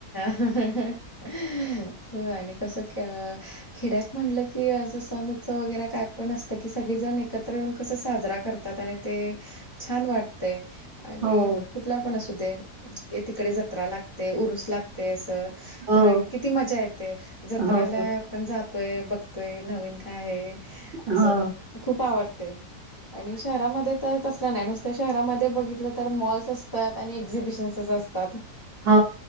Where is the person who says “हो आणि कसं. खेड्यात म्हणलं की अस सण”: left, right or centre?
Left